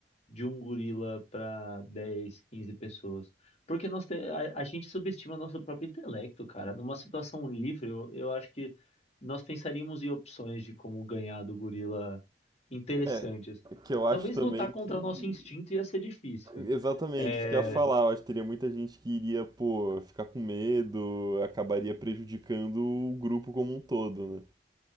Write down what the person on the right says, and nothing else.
É, que eu acho
também
que.
Exatamente,
isso que eu ia falar. Eu acho que teria muita gente que iria, pô, ficar com medo, acabaria prejudicando o grupo como um todo, né?